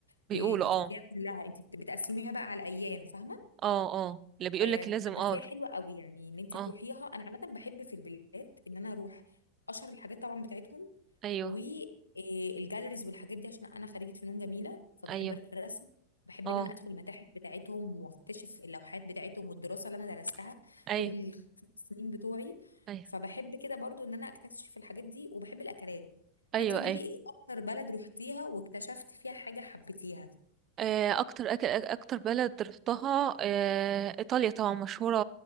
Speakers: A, on the right (about 30°); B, on the left (about 80°).
A: بيقولوا
B: ت- تدخليها
A: اه
B: كلها انت بت- بتقسميها بقى على ايام فاهمه
A: اه اه اللي بيقولك
B: آه
A: لازم
B: بس
A: اه
B: هي حلوه قوي يعني ان انت
A: اه
B: تروحيها انا عامه بحب في البلاد ان انا اروح اشهر الحاجات طبعا بتاعتهم
A: ايوه
B: والجاليريز والحاجات دي عشان انا خريجه فنون جميله فبحب
A: ايوه
B: الرسم بحب
A: اه
B: ان انا ادخل المتاحف بتاعتهم واكتشف اللوحات بتاعتهم والدراسه اللي انا درستها
A: ايوه
B: طول الخمس سنين بتوعي
A: ايوه
B: فبحب كده برضو ان انا اكتشف الحاجات دي وبحب الاكلات فانت
A: ايوه
B: قولي
A: ايوه
B: لي ايه اكتر بلد رحتيها واكتشفت فيها حاجه حبيتيها
A: آه، اكتر أكل اكتر بلد رحتها آه، ايطاليا طبعا مشهوره